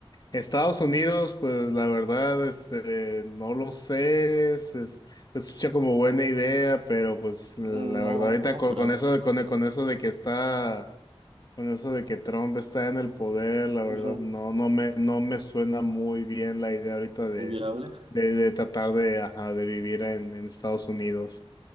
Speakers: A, on the left; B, on the right.
A: Estados Unidos, pues la verdad, este, no lo sé, se, es- se escucha como buena idea, pero pues la
B: No,
A: verdad, ahorita
B: no
A: con,
B: creo.
A: con eso de, con, con eso de que está con eso de que Trump está en el poder, la verdad,
B: Ujú,
A: no, no me, no me suena muy bien la idea ahorita de,
B: Muy viable.
A: de, de tratar de, ajá, de vivir en, en Estados Unidos.